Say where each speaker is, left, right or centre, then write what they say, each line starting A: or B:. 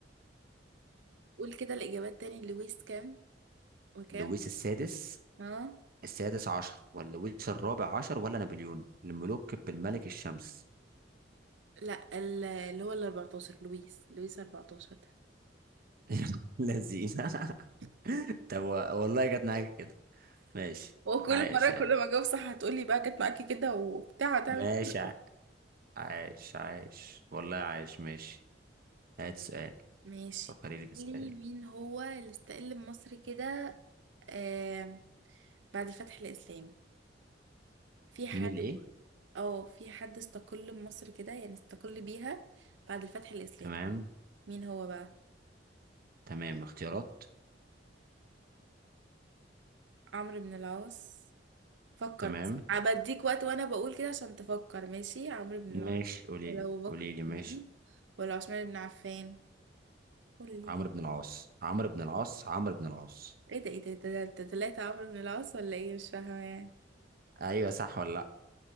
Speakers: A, on the right; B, on the right.
A: قول كده الاجابات تاني لويس كام وكام
B: لويس السادس
A: اه
B: السادس عشر ولا لويس الرابع عشر ولا نابليون الملوك بالملك الشمس
A: لا ال- اللي هو ال 14 لويس لويس 14 ده
B: <laughs> لذينه
A: <laughs>
B: <laughs> طب و- والله جت معاك كده ماشي
A: هو كل
B: عايش
A: مرة كل
B: يعني
A: ما اجاوب صح هتقولي بقى جت معاكي كده وبتاع هتعمل
B: ماشي
A: كده
B: ع- عايش عايش والله عايش ماشي هات سؤال
A: ماشي
B: فكري لي بسؤال
A: قولي مين هو اللي استقل بمصر كده آه بعد الفتح الإسلامي في حد
B: مين اللي ايه
A: اه في حد استقل بمصر كده يعني استقل بيها بعد الفتح الإسلامي
B: تمام
A: مين هو بقى
B: تمام اختيارات
A: عمرو بن العاص فكر
B: تمام
A: بس بديك وقت وانا بقول كده عشان تفكر ماشي عمرو بن
B: ماشي
A: العاص
B: قولي
A: ولا
B: لي
A: ابو
B: قولي
A: بكر
B: لي ماشي
A: الصديق ولا عثمان بن عفان قولي
B: عمرو بن العاص عمرو بن العاص عمرو بن العاص
A: ايه ده ايه ده ده ده- ده طلعت عمرو بن العاص ولا ايه مش فاهمه يعني
B: ايوه صح ولا لا